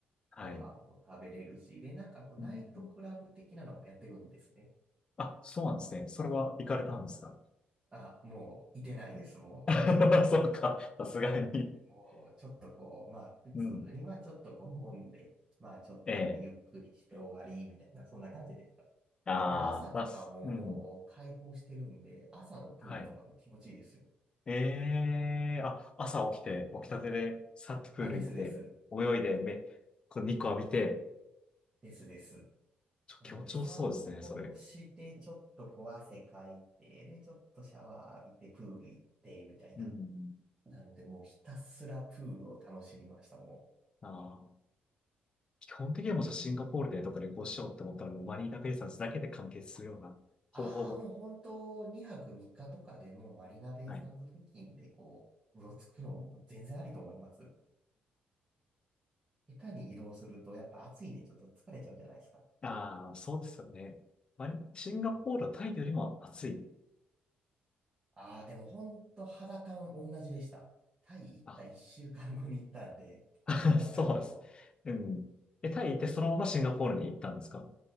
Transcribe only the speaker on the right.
ご飯も食べれるし、で、なんかこう、ナイトクラブ的なのもやってるんですね。
あ、もう、いてないです、も
う。なの
で、もう、ちょっとこう、まあ、普通に、
まあ、ちょっとこう、飲んで、まあ、ちょっとこう、
ゆっくりして終わり、みたいな、そんな感じでした。
で、朝とかももう、
開放してるんで、朝のプールとかも気持ちいいですよ。
あ、ですです。
ですです。
なので、
散歩をして、
ちょっとこう汗かいて、で、ちょっとシャワー浴びて、プール行って、みたいな。
なので、もうひたすらプールを楽しみました、も
う。うんああ、もう本当、2泊3日とかでもうマリナベイサンズ付近でこう、
うろつくのも全然ありと思います。下手に移動すると、やっぱ暑いんでちょっと疲れちゃうじゃないですか。
なので、ああ、でも本当肌感同じでした。タイ行った1週間後に行ったんで、
なんかでも、
ちょっ